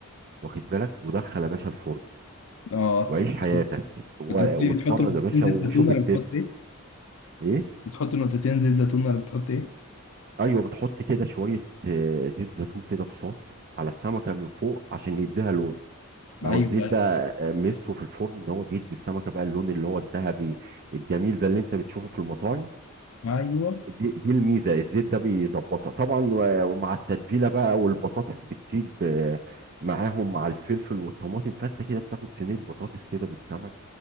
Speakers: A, on the right; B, on the left.
A: واخد بالك ودخل يا باشا الفرن
B: اه
A: وعيش حياتك و-
B: كنت قلت لي
A: واتفرج
B: بتحط نقطتين
A: يا باشا
B: زيت
A: وشوف
B: زيتون ولا
A: التيست
B: بتحط ايه؟
A: ايه
B: بتحط نقطتين زيت زيتون ولا بتحط ايه؟
A: ايوه بتحط كده شويه آه، زيت زيتون كده بساط على السمكه من فوق عشان يديها لون ما
B: ايوه
A: هو الزيت ده آه، ميزته في الفرن ان هو بيدي السمكه بقى اللون اللي هو الذهبي الجميل ده اللي انت بتشوفه في المطاعم
B: ايوه
A: دي دي الميزه الزيت ده بيظبطها طبعا و- ومع التتبيله بقى والبطاطس بتطيب آه، معاهم مع الفلفل والطماطم فانت كده بتاكل صينيه بطاطس كده بالسمك